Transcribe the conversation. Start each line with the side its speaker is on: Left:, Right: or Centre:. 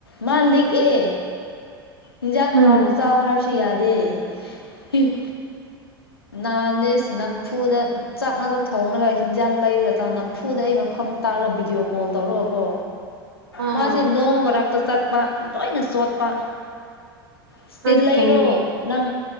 Left: ꯃꯥ ꯂꯤꯛꯑꯦ ꯍꯤꯟꯖꯥꯡ
Right: ꯎꯝ
Left: ꯑꯍꯥꯎꯕ ꯆꯥꯎ ꯍꯥꯏꯔꯁꯨ ꯌꯥꯗꯦ ꯏꯤ ꯅꯥꯍꯥꯟꯗꯤ ꯏꯁ ꯅꯝꯐꯨꯗ ꯆꯥꯛ ꯉꯥꯛꯇ ꯊꯣꯡꯂꯒ ꯍꯤꯟꯖꯥꯡ ꯂꯩꯔ ꯅꯝꯐꯨꯗ ꯑꯩ ꯃꯐꯝ ꯇꯥꯛꯔꯒ ꯚꯤꯗꯤꯑꯣ ꯀꯣꯜ ꯇꯧꯔꯒꯀꯣ
Right: ꯎꯝ
Left: ꯃꯥꯖꯦ ꯅꯣꯡ ꯃꯔꯛꯇ ꯆꯠꯄ ꯂꯣꯏꯅ ꯆꯣꯠꯄ ꯏꯁꯇꯤꯜ
Right: ꯑꯁ
Left: ꯂꯩꯔꯣ
Right: ꯀꯩꯒꯤ
Left: ꯅꯪ